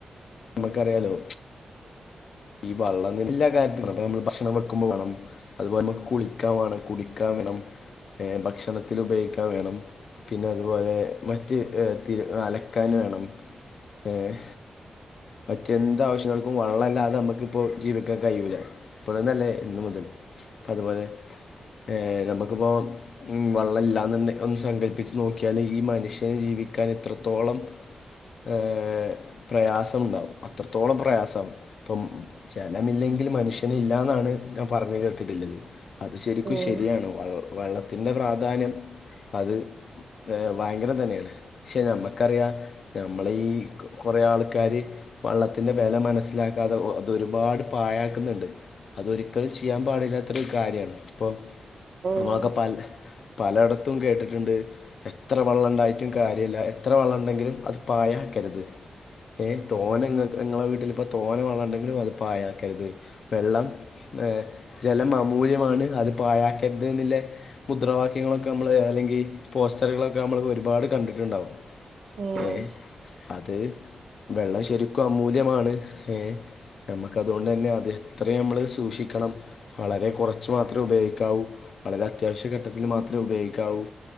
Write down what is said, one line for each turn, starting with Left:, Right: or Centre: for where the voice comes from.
Left: നമ്മക്കറിയാലോ ഈ വള്ളം എല്ലാ കാര്യത്തിലും വാണം അപ്പ അമ്മള് ഭക്ഷണം വെക്കുമ്പവാണം അതുപോലെ നമ്മക്ക് കുളിക്കാവാണം കുടിക്കാവേണം ഏഹ് ഭക്ഷണത്തിൽ ഉപയോഗിക്കാൻ വേണം പിന്നെ അതുപോലെ മറ്റ് തി അലക്കാന് വേണം ഏഹ് മറ്റെന്തവിശ്യങ്ങൾക്കും വള്ളല്ലാതെ അമ്മക്ക്പ്പോ ജീവിക്കാൻ കഴിയൂല ഇപ്പതന്നെല്ലേ ഇന്ന്മുതല് അത്പോലെ ഏഹ് നമ്മക്ക്പ്പോ ഉം വള്ളല്ലാന്ന് ഒന്ന് സങ്കല്പ്പിച്ച് നോക്കിയാല് ഈ മനുഷ്യൻ ജീവിക്കാൻ ഇത്രത്തോളം ഏഹ് പ്രയാസംമുണ്ടാവും അത്രത്തോളം പ്രയാസാവും ഇപ്പം ജലമില്ലെങ്കിലും മനുഷ്യന് ഇല്ലാന്നാണ് ഞാപറഞ്ഞ് കേട്ടിട്ടുള്ളത് അത് ശെരിക്കും
Right: ഉം
Left: ശെരിയാണ് വ വള്ള വെള്ളത്തിൻ്റെ പ്രാധാന്യം അത് ഭയങ്കര തന്നേണ് പക്ഷെ നമ്മക്കറിയാം നമ്മള ഈ കൊറേ ആൾക്കാര് വള്ളത്തിന്റെവെല മനസ്സിലാ മനസ്സിലാക്കാതെ ഒ അതൊരുപാട് പായാക്ക്ന്ന്ണ്ട് അതൊരിക്കലും ചെയ്യാ പാടില്ലാത്തൊരു കാര്യാണ് ഇപ്പൊ
Right: ഉം
Left: നമ്മളൊക്കെ പല പലയിടത്തും കേട്ടിട്ട്ണ്ട് എത്ര വള്ളംണ്ടായിട്ടും കാര്യയില്ല എത്ര വള്ളണ്ടെങ്കിലും അത് പായകെര്ത് ഏഹ് തോനങ്ങക്ക്ങ്ങളെ വീട്ടിലിപ്പോ തോന വള്ളണ്ടെങ്കിലും അത് പായക്കര്ത് വെള്ളം ഏഹ് ജലം അമൂല്യമാണ് അത് പാഴാക്കര്ത് ന്നില്ലേ മുദ്രവാക്യങ്ങളൊക്കെ അമ്മള് അല്ലെങ്കി പോസ്റ്ററുകളൊക്കെ അമ്മള് ഒരുപാട് കണ്ടിട്ട്ണ്ടാവും
Right: ഊമ്
Left: ഏഹ് അത് വെള്ളം ശെരിക്കും അമൂല്യമാണ് ഏഹ് നമ്മക്ക് അതോണ്ടന്നെ അത് ത്രയുയമ്മള് സൂഷിക്കണം വളരെ കുറച്ച് മാത്രേ ഉപയോഗിക്കാവൂ. വളരെ അത്യാവശ്യഘട്ടത്തില് മാത്രേ ഉപയോഗിക്കാവൂ.